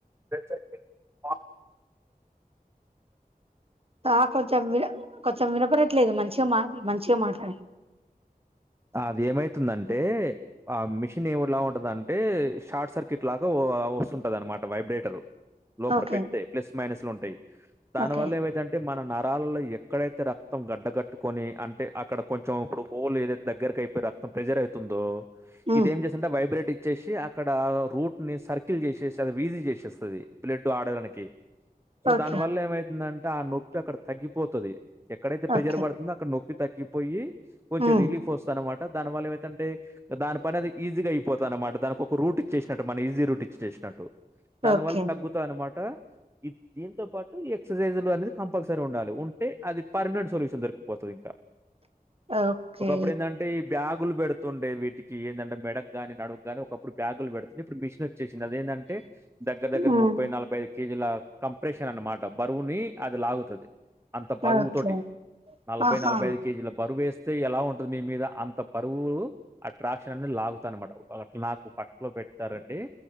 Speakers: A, on the right; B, on the right.
A: బ్లడ్ సర్కిల్ ఆఫ్
B: ఆ కొంచెం వి కొంచెం వినపడట్లేదు మంచిగా మా మంచిగా మాట్లాడ
A: అది ఏమైతుందంటే ఆ మిషన్ ఏమిలా ఉంటదం టే షార్ట్ సర్క్యూట్ లాగా వస్తుంటది అనమాట వైబ్రేటరు లోపల
B: ఓకే
A: పెట్టె ప్లస్, మైనస్లు ఉంటాయి దాని
B: ఓకే
A: వల్ల ఏమైతంటే మన నరాల్లో ఎక్కడైతే రక్తం గడ్డగట్టుకొని అంటే అక్కడ కొంచెం ఇప్పుడు హోలు ఏదైతే దగ్గరకి అయిపోయి రక్తం ప్రెజర్ అవుతుందో
B: ఉమ్
A: ఇదెం చేసి అంటే వైబ్రేట్ ఇచ్చేసి అక్కడ రూట్ ని సర్కి కిల్ చేసె సెవెన్ విజీ చేసేస్తది బ్లడ్డు ఆడడానికి సో
B: ఓకే
A: దాని వల్ల ఏమైతుందంటే అంటే ఆ నొప్పి అక్కడ తగ్గిపోతది. ఎక్కడైతే ప్రెజర్
B: ఓకే
A: పడుతుందో అక్కడ నొప్పి తగ్గిపోయి కొంచెం
B: ఉమ్
A: రిలీఫ్ అనమాట దాని వల్ల ఏమైదంటే దాని పని అది ఈజీగా అయిపోతాది అనమాట దానికి ఒక రూట్ ఇచ్చేసినట్టు మన ఈజీ రూట్ ఇచ్చ చేసినట్టు దాని
B: ఓకే
A: వల్ల తగ్గుతాయి అనమాట ఇది దీంతో పాటు ఇ ఎక్సర్సైజ్ లు అనేది కంపల్సరీ ఉండాలి ఉంటే అది పర్మనెంట్ సొల్యూషన్ దొరికిపోతాది ఇంకా
B: ఓకే
A: ఇప్పుడు ఏంది అంటే ఈ బ్యాగ్ బ్యాగులు పెడుతుండే వీటికి ఏంది అంటే మెడకు గాని నడుముకి గాని ఒకప్పుడు బ్యాగులు పెడుతుండే ఇప్పుడు మిషన్ వచ్చెసింది అది ఏంది అంటే దగ్గర దగ్గర
B: ఉమ్
A: ముప్పై నలభై ఐదు కేజీ ల కంప్రెషన్ అన్నమాట బరువుని అది లాగుతాది అంత బరువు
B: ఓకే
A: తొటి నలభై
B: ఆహా
A: నలభై ఐదు కేజీల బరువు వేస్తే ఎలా ఉ బరువు అట్రాక్షన్ అనే లాగుతా అన్నమాట అట్లా నాకు ఫస్ట్ లో పెడతారండి